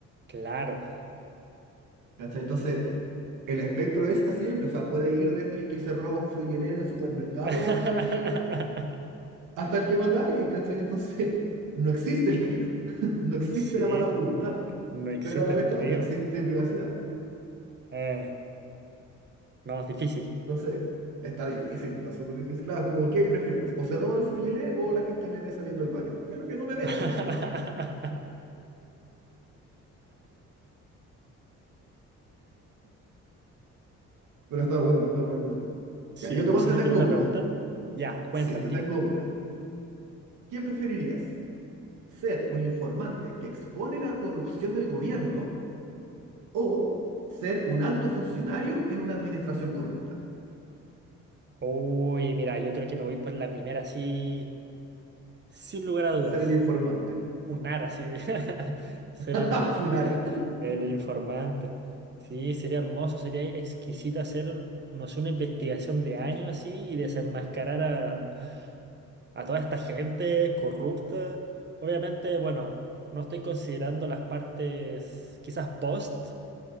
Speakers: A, on the right; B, on the right.
A: Claro.
B: ¿cachai? Entonces, el espectro es así de amplio, o sea, puede ir desde el que se roba un fruyelé en el supermercado
A: <laughs>
B: hasta el que, hasta el que mata a alguien, ¿cachai? Entonces, <laughs> no existe el crimen, <laughs> no existe
A: Sí,
B: la mala voluntad,
A: no existe
B: pero a la
A: el
B: vez, claro,
A: crimen.
B: no existe privacidad.
A: Eh, no, es difícil.
B: Entonces, está difícil, está súper difícil. Claro, como, ¿qué prefiero? ¿O se roban el fluyelé o la gente me ve saliendo del baño? Prefiero que no me vean
A: <laughs>
B: saliendo del baño. Pero está bueno, está muy bueno.
A: Sí,
B: Ya, yo te,
A: no
B: igual
A: sé
B: te
A: si
B: tengo
A: tiene una
B: una.
A: pregunta. Ya, cuéntame,
B: Sí, te
A: dime.
B: tengo una. ¿Qué preferirías? ¿Ser un informante que expone la corrupción del gobierno o ser un alto funcionario en una administración corrupta?
A: Uy, mira, yo creo que me voy por la primera, sí, sin lugar a dudas.
B: Ser el informante.
A: Funar así, <laughs> ser
B: <laughs>
A: el, in-
B: Funar.
A: el- el informante. Sí, sería hermoso, sería exquisito hacer, no sé, una investigación de años así y desenmascarar a, a toda esta gente corrupta. Obviamente, bueno, no estoy considerando las partes quizás post,